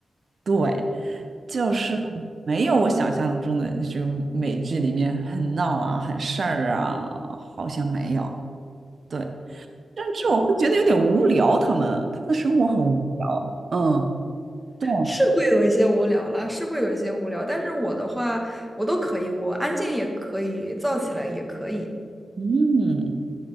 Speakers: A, on the right; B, in the centre.
A: 对，就是没有我想象中的，就是美剧里面很闹啊、很事儿啊，好像没有。对，甚至我会觉得有点无聊，他们他们的生活很无聊。嗯，对，
B: 是会有一些无聊啦，是会有一些无聊，但是我的话，我都可以，我安静也可以，燥起来也可以。
A: 嗯。